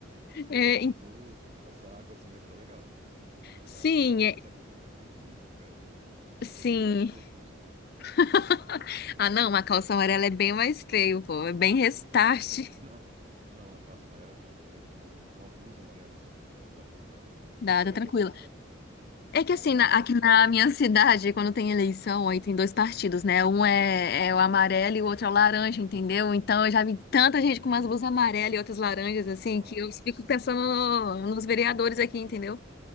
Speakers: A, on the right; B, on the left.
A: Mas
B: É,
A: acho que
B: em-
A: blusa, casaco, assim, deve ficar legal. Mas
B: sim,
A: uma calça
B: é-
A: nessa cor deve ficar terrível, cara.
B: sim.
A: Deve ficar a coisa mais feia de todos os tempos,
B: <laughs> Ah, não, uma calça
A: sério.
B: amarela é bem mais feio, pô. É bem restart.
A: Não, t- não, não, uma calça amarela é bem mais feia, mas, tipo, uma blusa amarela, assim, dá pra usar.
B: Dá,
A: Pior que
B: tá
A: é verdade,
B: tranquilo.
A: você tá certa, cara.
B: É que
A: Uma
B: assim,
A: calça
B: na- aqui
A: <laughs>
B: na
A: amarela
B: minha
A: é bem
B: cidade,
A: mais feia.
B: quando tem eleição, aí tem dois partidos, né? Um é,
A: Aham.
B: é o amarelo e o outro é o laranja, entendeu? Então eu já vi tanta
A: Hum,
B: gente com umas blusas amarelas e outras laranjas, assim,
A: nossa,
B: que eu fico pensando no- nos vereadores aqui, entendeu?